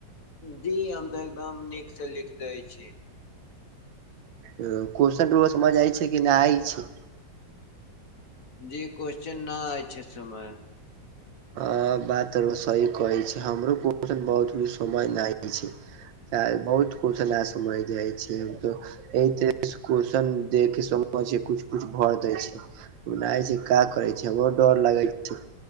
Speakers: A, on the left; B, on the right.
A: जी हम तऽ एकदम नीक से लिख दै छी।
B: अ क्वेश्चन के रौउवा समझ आइ छै कि ना आई छै।
A: जी क्वेश्चन ना आई छै समय
B: हां बात त रौउवा सही कहै छै, हमरो क्वेश्चन बहुत भी समझ ना आई छै। ता बहुत क्वेश्चन ना समझ जाय छै हम तो एक तरह से क्वेश्चन दे के समझे छीये, कुछ-कुछ भर देै छै। उ ना आय छै का करै छै, हमरो डोर लागै छै।